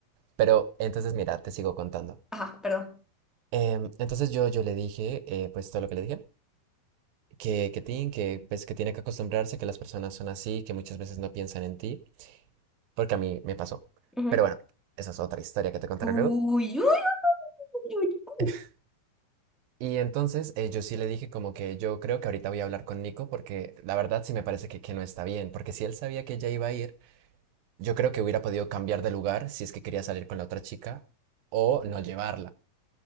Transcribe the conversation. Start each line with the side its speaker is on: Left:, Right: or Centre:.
Right: Pero entonces mira, te sigo contando.
Centre: Ajá, perdón.
Right: Em, entonces yo, yo le dije, eh, pues todo lo que le dije, que, que, tin, que, pues, que tiene que acostumbrarse, que las personas son así, que muchas veces no piensan en ti, porque a mí me pasó.
Centre: Ujú.
Right: Pero bueno, esa es otra historia que te contaré
Centre: Uy,
Right: luego.
Centre: uy, uy, uy.
Right: <laughs> Y entonces eh, yo sí le dije como que yo creo que ahorita voy a hablar con Nico porque la verdad sí me parece que, que no está bien, porque si él sabía que ella iba a ir, yo creo que hubiera podido cambiar de lugar si es que quería salir con la otra chica o no llevarla.